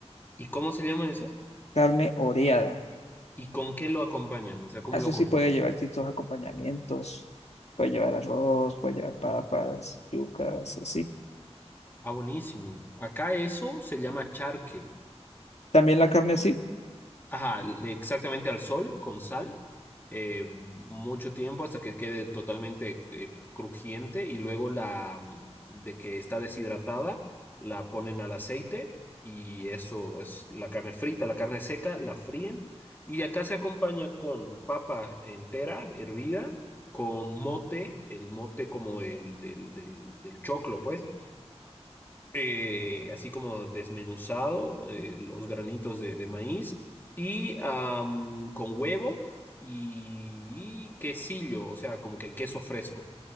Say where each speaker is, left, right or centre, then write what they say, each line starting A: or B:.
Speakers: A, on the left; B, on the left.
A: ¿Y cómo se llama eso?
B: Carne oreada.
A: ¿Y con qué lo acompañan? O sea, ¿cómo
B: Eso
A: lo
B: sí
A: comen?
B: puede llevar distintos acompañamientos. Puede llevar arroz, puede llevar papas, yucas, así.
A: Ah, buenísimo. Acá eso se llama charque.
B: También la carne así.
A: Ajá, le- exactamente al sol, con sal, eh, mucho tiempo hasta que quede totalmente eh, crujiente y luego la mm, de que está deshidratada, la ponen al aceite y eso es la carne frita, la carne seca, la fríen y acá se acompaña con papa entera, hervida, con mote, el mote como el del, del del choclo, pues eh, así como desmenuzado, eh, los granitos de, de maíz, y am, con huevo y, y quesillo, o sea, como que el queso fresco.